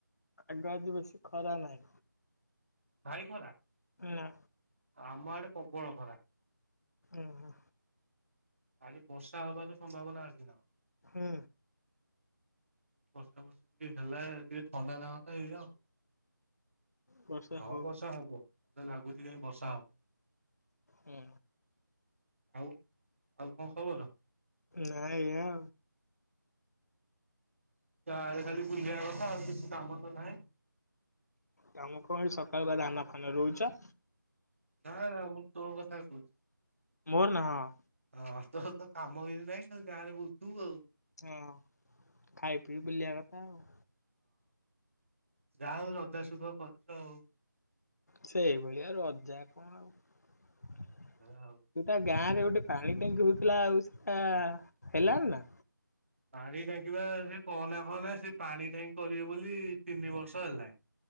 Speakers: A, on the left (about 50°); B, on the right (about 40°).
A: ଆଗ ଆଜି ବେଶୀ ଖରା ନାହିଁ।
B: ଭାଇ ଖରା
A: ନା
B: ଆମ ଆଡ଼େ ପ୍ରବଳ ଖରା।
A: ଓ ହୋ।
B: ଆଜି ବର୍ଷା ହବାର ସମ୍ଭାବନା ଅଛି ନା କଣ।
A: ହୁଁ।
B: ବର୍ଷା ବର୍ଷି ଟିକେ ହେଲେ ଟିକେ ଥଣ୍ଡା ଲାଗନ୍ତା ଏଇଆ।
A: ବର୍ଷା
B: ହଁ
A: ହଉ
B: ବର୍ଷା ହବ ମତେ ଲାଗୁଛି କାଇହିଁ ବର୍ଷା ହବ।
A: ହୁଁ।
B: ଆଉ। ଆଉ କଣ ଖବର?
A: ନାଇଁ ଏୟା।
B: ତ ଖାଲି ବୁଲିବା କଥା କିଛି କାମ ତ ନାହିଁ।
A: ତମ କଣ ସକାଳୁ ବା ଧାନା ଫାନ ରୋଉଛ?
B: ନା ନା ମୁଁ ତୋ କଥା କହୁଛି।
A: ମୋର ନା ହଁ।
B: ହଁ ତ ତ କାମ କରି ନାହିଁ ଖାଲି ଗାଁରେ ବୁଲ୍ଥିବୁ ଆଉ।
A: ହଁ ଖାଇ ପିଇ ବୁଲିବା କଥା ଆଉ।
B: ଯା ହଉ ରଜା ସୁୁଖ କରଛ ଆଉ।
A: ସେଇଭଳିଆ ଆଉ ରଜା କଣ ଆଉ।
B: ହଉ।
A: ତୁଟା <unintelligible> ପାଣି <unintelligible> ହଉଥିଲା ଆଉ ସେଟା ହେଲାଣି ନା।
B: ପାଣି ଟାଙ୍କିବା ସେ କହନା କହନା ସେ ପାଣି ଟାଙ୍କି କରିବେ ବୋଲି ତିନି ବର୍ଷ ହେଲାଣି